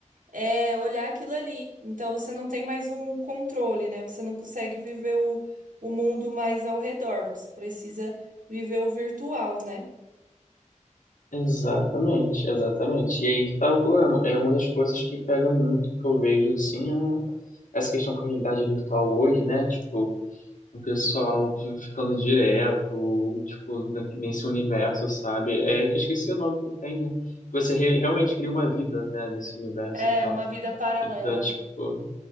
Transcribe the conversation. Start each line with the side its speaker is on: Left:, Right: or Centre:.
Right: é olhar aquilo ali. Então você não tem mais um controle, né? Você não consegue viver o, o mundo mais ao redor. Você precisa viver o virtual, né?
Left: Exatamente, exatamente. E aí que tá o problema. É uma das coisas que pega muito que eu vejo, assim, a- essa questão com a realidade virtual hoje, né? Tipo, o pessoal ficando direto, tipo, na- nesse universo, sabe? É que eu esqueci o nome que tem, né? Que você re- realmente cria uma vida, né, nesse universo
Right: É
Left: e tal.
Right: uma vida paralela.
Left: Então, tipo,